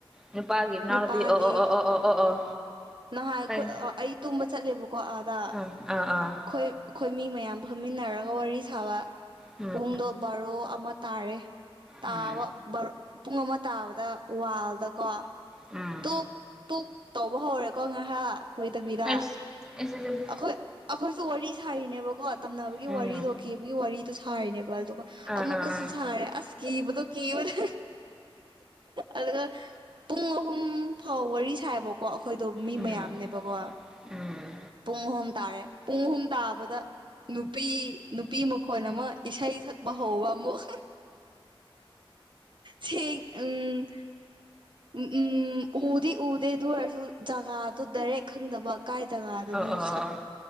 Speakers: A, in the centre; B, on the right.
A: ꯅꯨꯄꯥꯒꯤ ꯏꯅꯥꯎꯅꯨꯄꯤ
B: ꯅꯨꯄꯥꯒꯤ
A: ꯑꯣ ꯑꯣ ꯑꯣ ꯑꯣ ꯑꯣ ꯑꯣ ꯑꯣ
B: ꯅꯍꯥꯟ ꯑꯩꯈꯣꯏ
A: ꯈꯪ
B: ꯑꯩ ꯇꯨꯝꯕ ꯆꯠꯂꯦꯕꯀꯣ ꯑꯥꯗ
A: ꯑꯥ ꯑꯥ ꯑꯥ
B: ꯈꯣꯏ ꯑꯩꯈꯣꯏ ꯃꯤ ꯃꯌꯥꯝ ꯐꯝꯃꯤꯟꯅꯔꯒ ꯋꯥꯔꯤ ꯁꯥꯕ
A: ꯎꯝ
B: ꯄꯨꯡꯗꯣ ꯕꯥꯔꯣ ꯑꯃ ꯇꯥꯔꯦ ꯇꯥꯕ
A: ꯎꯝ
B: ꯄꯨꯡ ꯑꯃ ꯇꯥꯕꯗ ꯋꯥꯜꯗꯀꯣ
A: ꯎꯝ
B: ꯇ ꯇ ꯇꯧꯕ ꯍꯧꯔꯦꯀꯣ ꯉꯥꯏꯍꯥꯛ ꯈꯣꯏꯗꯕꯤꯗ
A: ꯑꯩꯁ ꯑꯩꯁ ꯑꯩꯁ
B: ꯑꯩꯈꯣꯏ ꯑꯩꯈꯣꯏꯁꯨ ꯋꯥꯔꯤ ꯁꯥꯏꯔꯤꯅꯦꯕꯀꯣ ꯇꯝꯅꯕꯒꯤ
A: ꯎꯝ
B: ꯋꯥꯔꯤꯗꯣ ꯀꯦꯕꯒꯤ ꯋꯥꯔꯤꯗꯣ ꯁꯥꯏꯔꯤꯅꯦꯕ ꯑꯗꯨꯒ ꯑ
A: ꯑꯥ
B: ꯑꯃꯨ
A: ꯑꯥ
B: ꯀꯁꯨ
A: ꯑꯥ
B: ꯁꯦ ꯑ ꯀꯤꯕꯗꯣ ꯀꯤꯕꯅꯦ ꯑꯗꯨꯒ ꯄꯨꯡ ꯄꯨꯝ ꯐꯥꯎ ꯋꯥꯔꯤ ꯁꯥꯏꯕꯀꯣ ꯑꯩꯈꯣꯏꯗꯣ ꯃꯤ
A: ꯎꯝ
B: ꯃꯌꯥꯝꯅꯦꯕꯀꯣ
A: ꯎꯝ
B: ꯄꯨꯡ ꯑꯍꯨꯝ ꯇꯥꯔꯦ ꯄꯨꯡ ꯑꯍꯨꯝ ꯇꯥꯕꯗ ꯅꯨꯄꯤ ꯅꯨꯄꯤ ꯃꯈꯣꯟ ꯑꯃ ꯏꯁꯩ ꯁꯛꯄ ꯍꯧꯕ ꯑꯃꯨꯛ ꯁꯤ ꯎꯝ ꯎꯝ ꯎꯗꯤ ꯎꯗꯦ ꯑꯗꯨ ꯑꯣꯏꯔꯁꯨ ꯖꯒꯥꯗꯨ ꯗꯔꯦ ꯈꯪꯗꯕ ꯀꯥꯏ ꯇꯒ ꯑꯗꯨ
A: ꯑꯣ
B: ꯅꯣ
A: ꯑꯣ ꯑꯣ
B: ꯁꯈꯠ
A: ꯑꯣ